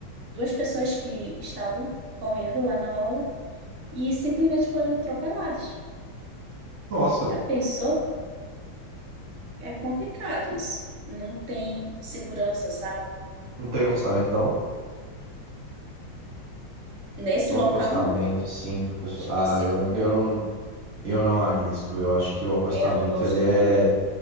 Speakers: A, on the right; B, on the right.
A: duas pessoas que estavam correndo lá na orla e simplesmente foram atropeladas.
B: Nossa,
A: Já pensou? É, é complicado isso. Não tem segurança, sabe?
B: não tem acostamento, não?
A: Nesse
B: Um
A: local,
B: acostamento,
A: não.
B: sim. pro pessoal.
A: Específico,
B: Ah, eu não,
A: não.
B: eu não. Eu não arrisco. Eu acho que o acostamento
A: É, eu não gosto,
B: ele é,
A: não.